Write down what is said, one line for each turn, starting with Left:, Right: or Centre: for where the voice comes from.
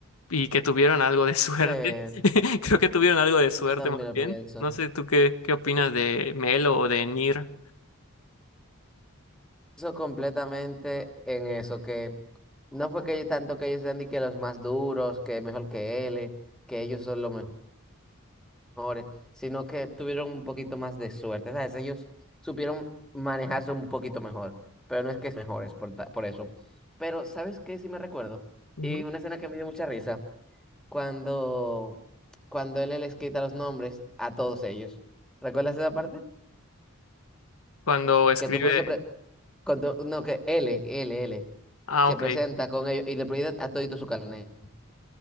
Left: y que tuvieron algo de suerte.
Centre: sí,
Left: <laughs> Creo que tuvieron algo de
Centre: yo
Left: suerte
Centre: también
Left: más
Centre: lo
Left: bien.
Centre: pienso.
Left: No sé tú qué, qué opinas de Melo o de Nir
Centre: Eso completamente en eso, que no fue que tanto que ellos sean ni que los más duros, que mejor que él, eh, que ellos son los mejores. mejores, sino que tuvieron un poquito más de suerte, ¿sabes? Ellos supieron manejarse un poquito mejor, pero no es que es mejores por, ta- por eso. Pero, ¿sabes qué? Sí me recuerdo.
Left: Ujú.
Centre: Y una escena que me dio mucha risa, cuando, cuando él les quita los nombres a todos ellos. ¿Recuerdas esa parte?
Left: cuando escribe.
Centre: Que todo el mundo se pre- con to- no, que L, L, L,
Left: Ah,
Centre: se
Left: ok.
Centre: presenta con ellos y le pide a todito su carnet.